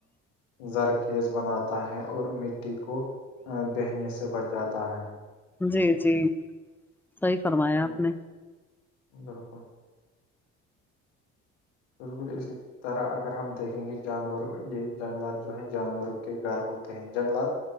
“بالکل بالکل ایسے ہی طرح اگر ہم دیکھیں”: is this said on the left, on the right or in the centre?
Left